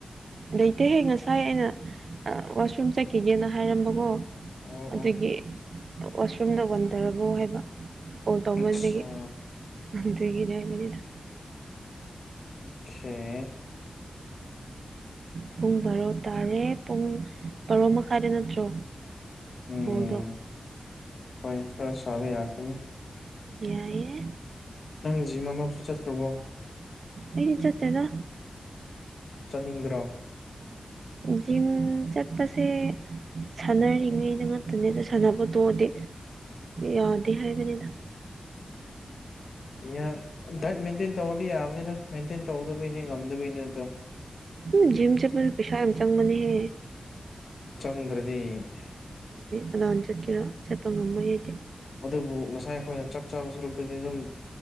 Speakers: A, on the right; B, on the left.
A: ꯂꯩꯇꯦꯍꯦ ꯉꯁꯥꯏ ꯑꯩꯅ ꯋꯥꯁꯔꯨꯝ ꯆꯠꯈꯤꯒꯦꯅ ꯍꯥꯏꯔꯝꯕꯀꯣ
B: ꯑꯣ
A: ꯑꯗꯨꯒꯤ
B: ꯑꯣ
A: ꯋꯥꯁꯔꯨꯝꯗ ꯋꯥꯟꯊꯔꯕꯣ ꯍꯥꯏꯕ ꯑꯣꯜ ꯇꯧꯃꯟꯕꯒꯤꯦ
B: ꯑꯆꯥ
A: ꯑꯗꯨꯒꯤꯅꯦ ꯍꯥꯏꯕꯅꯤꯗ
B: ꯁꯦ
A: ꯄꯨꯡ ꯕꯥꯔꯣ ꯇꯥꯔꯦ ꯄꯨꯡ ꯕꯥꯔꯣ ꯃꯈꯥꯏꯗ ꯅꯠꯇ꯭ꯔꯣ
B: ꯎꯝ
A: ꯕꯣꯜꯗꯣ
B: ꯑꯩ ꯊꯔꯕ ꯌꯥꯈꯅꯤ
A: ꯌꯥꯏꯑꯦ
B: ꯅꯪ ꯖꯤꯃꯥ ꯃꯔꯛꯁ ꯆꯠꯈ꯭ꯔꯕꯣ
A: ꯑꯩ ꯆꯠꯇꯦꯗ
B: ꯆꯠꯅꯤꯡꯗ꯭ꯔꯣ
A: ꯖꯤꯝ ꯆꯠꯄꯁꯦ ꯁꯥꯟꯅꯔꯤꯉꯩꯗ ꯉꯥꯛꯇꯅꯦꯗ ꯁꯥꯟꯅꯕꯣ ꯇꯣꯗꯤ ꯌꯥꯗ ꯍꯥꯏꯌꯦ ꯃꯅꯦꯗ
B: ꯌꯥ ꯗꯥꯏꯠ ꯃꯦꯟꯇꯦꯟ ꯇꯧꯔꯗꯤ ꯌꯥꯕꯅꯤꯗ ꯃꯦꯟꯇꯦꯟ ꯇꯧꯗꯕꯩꯅꯤ ꯉꯝꯗꯕꯩꯅꯤ ꯑꯗꯣ
A: ꯎ ꯖꯤꯝ ꯆꯦ ꯄꯨ ꯄꯩꯁꯥ ꯌꯥꯝ ꯆꯪꯕꯅꯤꯦ
B: ꯑꯗꯨꯗ꯭ꯔꯗꯤ
A: ꯀꯅꯥꯅ ꯆꯠꯀꯦꯔꯥ ꯆꯠꯄ ꯉꯝꯃꯣꯏ ꯑꯩꯗꯤ
B: ꯑꯗꯨꯕꯨ ꯉꯁꯥꯏ ꯑꯩꯈꯣꯏꯅ ꯆꯥꯛ ꯆꯥꯕ ꯁꯔꯨꯛꯇꯨꯗꯤ ꯑꯗꯨꯝ